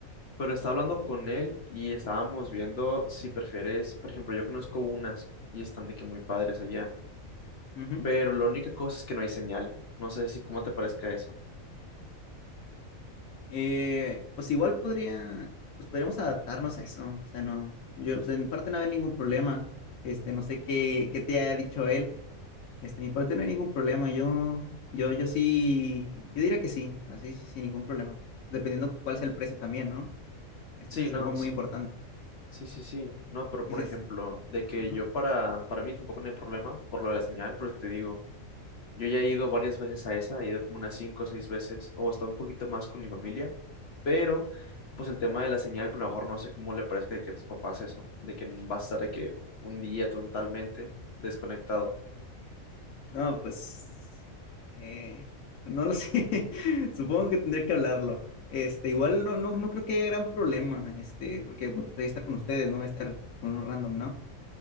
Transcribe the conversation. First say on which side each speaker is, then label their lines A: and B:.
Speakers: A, on the left; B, on the left.
A: pero estaba hablando con él y estábamos viendo si prefieres, por ejemplo, yo conozco unas y están de que muy padres allá,
B: Ujú.
A: pero la única cosa es que no hay señal. No sé si cómo te parezca eso.
B: Eh, pues igual podría, pues podríamos adaptarnos a eso. O sea, no, yo, pues de mi parte no había ningún problema. Este, no sé qué, qué te haya dicho él. Este, de mi parte no hay ningún problema. Yo, yo, yo sí, yo diría que sí, así sí, sin ningún problema. Dependiendo cuál sea el precio también, ¿no? Este,
A: Sí,
B: eso es
A: no,
B: algo muy
A: sí.
B: importante.
A: Sí, sí, sí. No, pero
B: Y
A: por
B: dices,
A: ejemplo, de que
B: ajá.
A: yo para, para mí tampoco no hay problema por lo de la señal, porque te digo, Yo ya he ido varias veces a esa, he ido como unas cinco o seis veces, o hasta un poquito más con mi familia, pero pues el tema de la señal, pero a lo mejor no sé cómo le parezca de que a tus papás eso, de que vas a estar de que un día totalmente desconectado.
B: No, pues eh, no lo sé. <laughs> Supongo que tendré que hablarlo. Este, igual no, no, no creo que haya gran problema, este, porque pues, voy a estar con ustedes, ¿no? Voy a estar con unos random, ¿no?